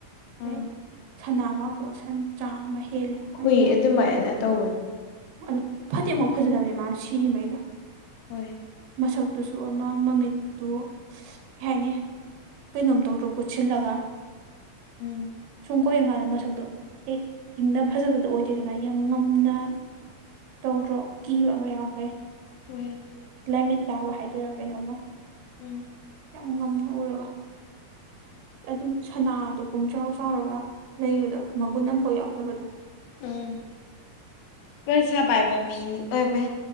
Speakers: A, on the left; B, on the right.
A: ꯑꯥ
B: ꯑꯩ ꯁꯅꯥꯒꯥꯎꯇꯣꯛ ꯁꯟ ꯆꯥꯝꯃ ꯍꯦꯜꯂꯦ ꯃꯥꯏ
A: ꯍꯨꯏ
B: ꯁꯅꯥꯗꯣ
A: ꯑꯗꯨꯃꯥꯏꯅ ꯇꯧꯕꯅꯤ
B: ꯑꯗꯣ ꯐꯠꯇꯦ ꯃꯨꯛ ꯐꯖꯂꯝꯕꯅꯦ ꯃꯥ ꯁꯤꯔꯤꯉꯩꯗꯣ
A: ꯍꯣꯏ
B: ꯃꯁꯛꯇꯨꯁꯨ ꯑꯃ ꯃꯃꯤꯛꯇꯨ ꯀꯩ ꯍꯥꯏꯅꯤ ꯀꯩꯅꯣꯝ ꯇꯧꯗ꯭ꯔꯣ ꯀꯣꯠꯁꯤꯜꯂꯒ
A: ꯎꯝ
B: ꯨꯀꯣꯛ ꯌꯦꯡꯀꯥꯟꯗ ꯃꯁꯛꯇꯣ ꯍꯦꯛ ꯏꯪꯅ ꯐꯖꯕꯗꯣ ꯑꯣꯏꯗꯦꯗꯅ ꯌꯥꯝ ꯉꯝꯅ ꯇꯧꯗ꯭ꯔꯣ ꯀꯤꯕ ꯑꯃ ꯌꯥꯎꯈꯩ
A: ꯍꯣꯏ
B: ꯂꯥꯏꯃꯤꯠ ꯇꯥꯕ ꯍꯥꯏꯗꯣꯏꯔꯥ ꯀꯩꯅꯣꯝꯃ
A: ꯎꯝ
B: ꯌꯥꯝ ꯉꯝꯅ ꯎꯔꯒ ꯑꯗꯨꯝ ꯁꯅꯥꯗꯣ ꯄꯨꯡꯆꯥꯎ ꯆꯥꯎꯔꯒ ꯂꯩꯕꯗꯣ ꯃꯒꯨꯟ ꯑꯃꯝꯐꯥꯎ ꯌꯥꯎꯗꯕꯗꯣ
A: ꯎꯝ ꯄꯩꯁꯥ ꯄꯥꯏꯕ ꯃꯤ ꯑꯣꯏꯕ